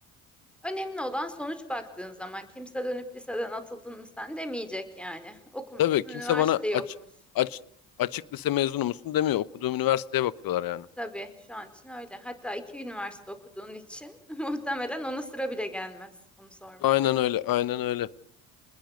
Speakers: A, in the centre; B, on the left.
A: önemli olan sonuç baktığın zaman kimse dönüp liseden atıldın mı sen demeyecek yani. Okumuşsun,
B: Tabii
A: üniversiteyi
B: kimse bana aç,
A: okumuşsun.
B: aç, açık lise mezunu musun demiyor. Okuduğum üniversiteye bakıyorlar yani.
A: Tabii şu an için öyle. Hatta iki üniversite okuduğun için <laughs> muhtemelen ona sıra bile gelmez onu sormaya.
B: Aynen öyle, aynen öyle.